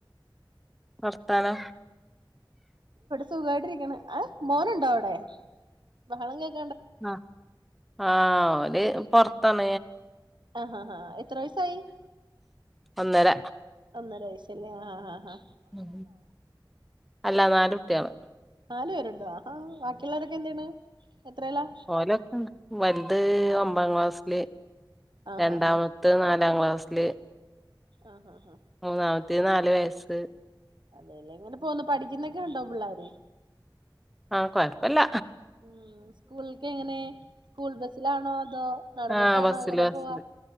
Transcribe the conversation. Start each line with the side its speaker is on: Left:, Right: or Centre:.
Centre: വർത്താനം
Right: സുഖമായിട്ടിരിക്ക മോനുണ്ടോ അവിടെ ബഹളം കേക്ക്
Centre: ആഹ ആ അവര് പൊറത്തണ
Right: ആഹാ ഹാ എത്ര വയസായി
Centre: ഒന്നര
Right: ഒന്നര വയ ല്ലേ ആാ ആാ ആാ
Centre: ഉ അല്ല നാല കുട്ടിയാണ്
Right: നല് പേരുണ്ടോ ആ ബാക്കിയുള്ളരൊക്കെ എന്താണ് എത്രയല്ലാ
Centre: ഓലൊക്കെ വലുത് ഒമ്പാം ക്ലാസ്സില്
Right: ആഹ്
Centre: രണ്ടാമത്ത്
Right: ഹാ ഹാ
Centre: നാലാം ക്ലാസ്സില്
Right: ആഹ് ഹാ ഹാ
Centre: മൂന്നാമത്തി നാല് വയസ്സ്
Right: അല്ലല്ലേ എങ്ങനെ പോന്ന പഠിക്കുന്നക്കെ ഉണ്ടോ പിള്ളോര്
Centre: ആഹ കൊഴപ്പില്ല
Right: ഉ സ്കൂളക്ക് എങ്ങനെ സ്കൂൾ ബസിലാണോ എന്തോ നടന്നിട്ടാണോ
Centre: ആഹ് ബസ്സില്
Right: എങ്ങനെ
Centre: ബസ്സില്
Right: പോവാ